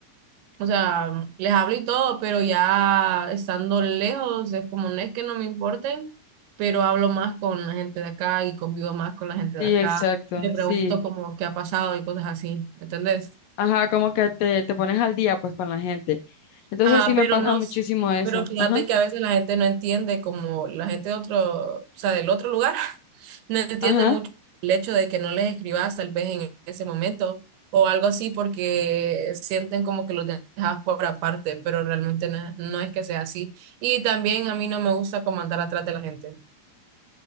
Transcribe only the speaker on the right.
O sea, les hablo y todo, pero ya estando lejos, es como no es que no me importen, pero hablo más con la gente de acá y convivo más con la gente de
acá.
Le pregunto
como qué ha pasado y cosas así, ¿me entendés?
Ah,
pero
no,
s-
pero fíjate
que a veces la gente no entiende, como la gente de otro, o sea, del otro lugar, <laughs> no entiende
mucho el hecho de que no les escribas tal vez en ese momento o algo así porque sienten como que los dejas por aparte, pero realmente no, no es que sea así. Y también a mí no me gusta como andar atrás de la gente.